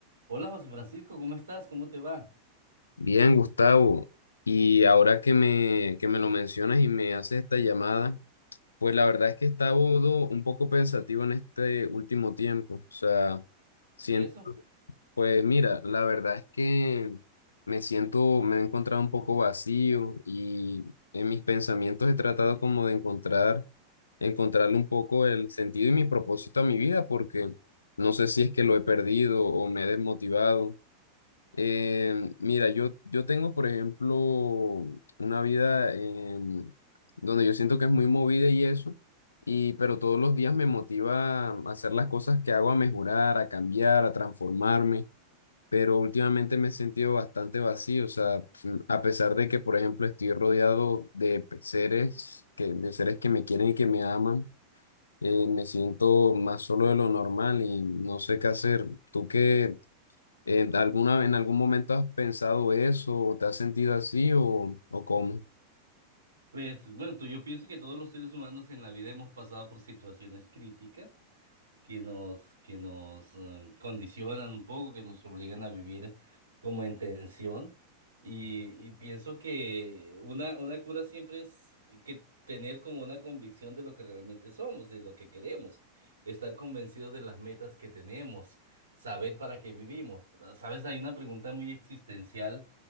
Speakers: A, on the right; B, on the left.
A: Hola José Francisco, ¿cómo estás? ¿Cómo te va?
B: Bien, Gustavo. Y ahora que me, que me lo mencionas y me haces esta llamada, pues la verdad es que he estado un poco pensativo en este último tiempo. O sea, sien-
A: ¿Y eso?
B: pues mira, la verdad es que me siento, me he encontrado un poco vacío y en mis pensamientos he tratado como de encontrar, encontrarle un poco el sentido y mi propósito a mi vida, porque no sé si es que lo he perdido o me he desmotivado eh, mira, yo, yo tengo, por ejemplo, una vida em, donde yo siento que es muy movida y eso, y, pero todos los días me motiva a hacer las cosas que hago, a mejorar, a cambiar, a transformarme, pero últimamente me he sentido bastante vacío, o sea, pf, a pesar de que, por ejemplo, estoy rodeado de pe- seres que, de seres que me quieren y que me aman, eh, me siento más solo de lo normal y no sé qué hacer. ¿Tú qué? Eh, ¿alguna, en algún momento has pensado eso o te has sentido así o, o cómo?
A: Pues bueno, tú- yo pienso que todos los seres humanos en la vida hemos pasado por situaciones críticas que nos, que nos em, condicionan un poco, que nos obligan a vivir como en tensión. Y, y pienso que una, una cura siempre es que tener como una convicción de lo que realmente somos, de lo que queremos, estar convencidos de las metas que tenemos, saber para qué vivimos. Sabes, hay una pregunta muy existencial